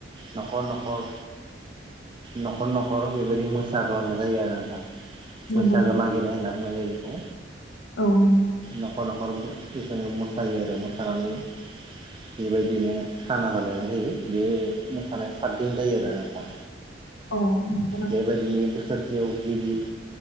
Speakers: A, on the right; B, on the left.
A: न'खर न'खर न'खर न'खर बेबायदि मोसाग्लांनाय जायो आरो नोंथां।
B: नंगौ
A: बैसागो
B: नोंथां
A: मागिनाय होनना बुंनाय जायो खौ।
B: औ नंगौ
A: न'खर न'खरबो जोङो मोसायो आरो मोसानानै बेबायदिनो खाना जालायनाय जायो बे मोसानाया सातदिन जायो आरो नोंथां।
B: औ नंगौ
A: बेबायदिनि बोसोर बेयाव गिबि